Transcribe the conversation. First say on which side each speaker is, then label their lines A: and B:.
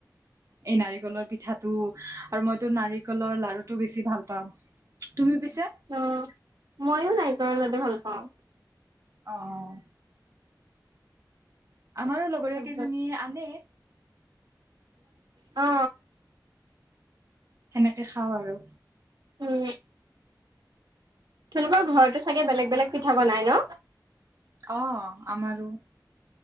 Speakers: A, on the right; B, on the right.
A: এই নাৰিকলৰ পিঠাটো আৰু মইতো নাৰিকলৰ লাৰুটো বেছি ভাল পাওঁ। তুমি পিছে
B: অ মইও নাৰিকলৰ লাডু ভাল পাওঁ।
A: অহ। আমাৰো লগৰো
B: অ',
A: কেইজনী আনে
B: অ।
A: সেনেকে খাও আৰু।
B: উম। তোমালোকৰ ঘৰতো চাগে বেলেগ বেলেগ পিঠা বনাই ন?
A: অ, আমাৰো